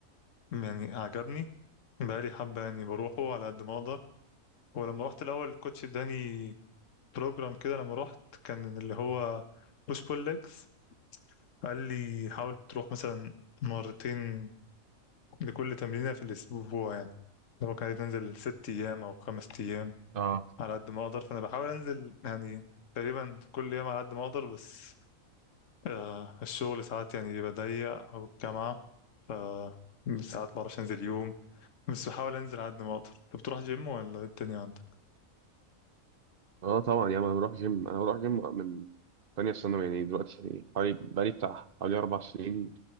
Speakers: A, on the left; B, on the right.
A: يعني عجبني بقالي حبة يعني بروحه على قد ما أقدر ولما رحت الأول الكوتش اداني بروجرام كده لما رحت كان اللي هو بوش بول ليجز قال لي حاول تروح مثلا مرتين لكل تمرينة في الأسبوع يعني لو كانت تنزل ست أيام أو خمس أيام
B: اه
A: على قد ما أقدر فأنا بحاول أنزل يعني تقريبا كل يوم على قد ما أقدر بس آه الشغل ساعات يعني بيبقى ضيق أو الجامعة ف ساعات بعرفش أنزل يوم بس بحاول أنزل على قد ما أقدر أنت بتروح جيم ولا إيه الدنيا عندك؟
B: اه طبعا يا ما بروح جيم انا بروح جيم من تانية ثانوي يعني دلوقتي حوالي بقالي بتاع حوالي اربع سنين